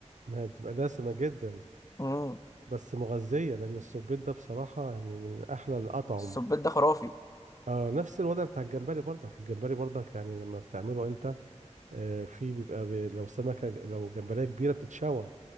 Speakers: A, on the right; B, on the left.
A: ما هي بتبقى دسمة جدا
B: امم
A: بس مغذية لأن السبيط ده بصراحة يعني من أحلى الأطعم
B: الصبيط ده خرافي
A: آه نفس الوضع بتاع الجمبري برضك الجمبري برضك يعني لما بتعمله أنت آه في بيبقى بي لو سمكة لو جمبرية كبيرة بتتشوى